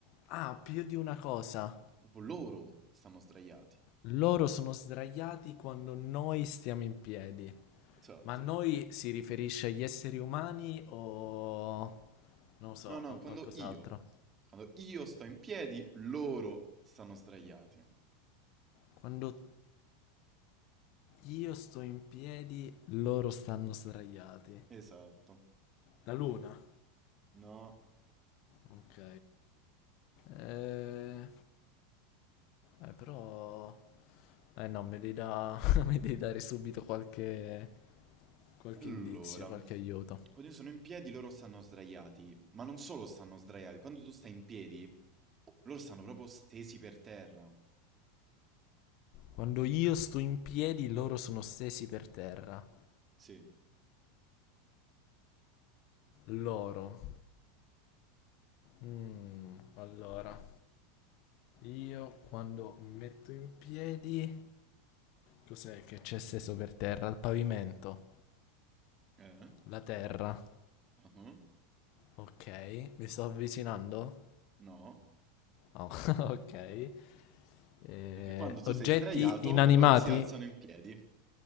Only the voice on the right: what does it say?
Proprio loro stanno sdraiati.
Esatto.
No, no,
quando
io, quando io sto in piedi, loro stanno sdraiati.
Esatto.
No,
Allora,
quando
io sono in piedi loro stanno sdraiati, ma non solo stanno sdraiati, quando tu stai in piedi loro stanno proprio stesi per terra.
Sì.
Eh?
Ah,
No,
perché quando tu
sei sdraiato
loro si alzano in piedi.